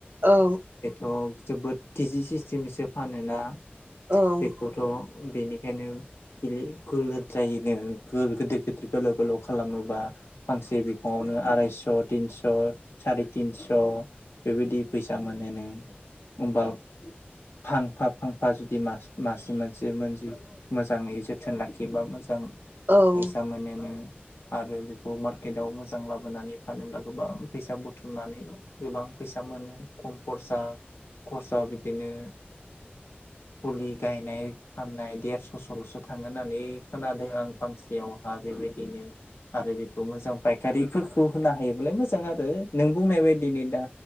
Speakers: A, on the right (about 55°); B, on the left (about 80°).
A: औ
B: एथ' जोबोद कि जि सिस्टेमसो फानोना
A: औ
B: बेखौथ' बेनिखायनो गिलि गोलोद जायोनो गो-गोदोर गिदिर गोलाव गोलाव खालामोबा फांसे बिफांङानो आरायस' थिनस' स' सारि तिनस' बेबायदि फैसा मोनोनो होमबा फांफा फांफा जुदि मास मासे मोनसे मोनजि मोजांङै जोथोन लाखि योबा मोजां
A: औ
B: फैसा मोनोनो आरो बिखौ मार्केदआव मोजां लाबोनानै फानोब्ला गोबां फैसा बुथुमनानै गोबां फैसा मोनो खम खरसा खरसा बिदिनो फुलि गायनाय फाननाय देरस'सल'सो थाङो होननानै खोनादों आं फांसेयाव हा बेबायदिनो आरो बेखौ मोजां पाय खारिफोरखौ होनो हायोब्लालाय मोजां आरो नों बुंनाय बायदिनि दा